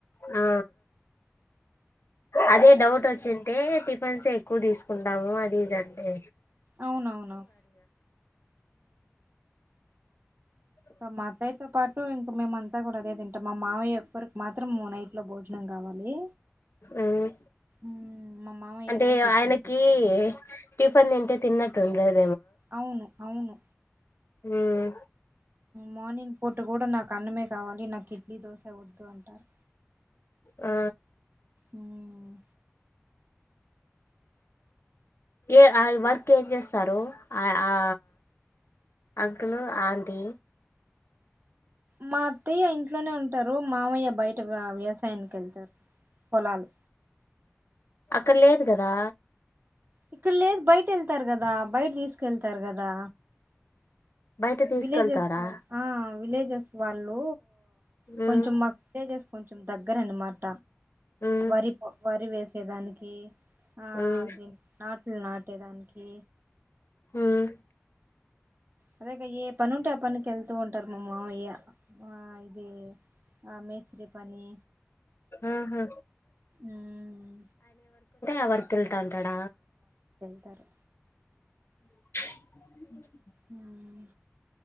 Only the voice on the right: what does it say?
అవున అవునువు
మా అత్తయ్యతో పాటు ఇంకా మేమంతా కూడాదే తంట మా మావయ్య ఒక్కరికి మాత్రం మూ నైట్ లో భోజనం కావాలి
మ్మ్. మా మామయ్య
రైస్ ఎక్కువ
తీసుకుంటారు
అవును అవును
మార్నింగ్ పూట కూడా నాకు అన్నమే కావాలి నాకు ఇడ్లీ దోశ వద్దు అంటారు
హ్మ్మ్
మా అత్తయ్య ఇంట్లోనే ఉంటారు మామయ్య బయట వ్యవసాయానికి వెళ్తారు పొలాలు
ఇక్కడ లేదు బయట వెళ్తారు కదా బయట తీసుకెళ్తారు కదా
విలేజెస్ వల్ విలేజెస్ వాళ్ళు
కొంచమక్ పెజెస్ కొంచెం దగ్గర అన్నమాట
వరి వరి వేసేదానికి ఆ
దీ నాట్లు నాటి పెట్టేదానికి
అదేగా ఏ పని ఉంటే ఆ పనినికి వెళ్తూ ఉంటారు మా మావయ్య ఆ ఇది ఆ మేశ్రి పని
ఉమ్
తరు
హ్మ్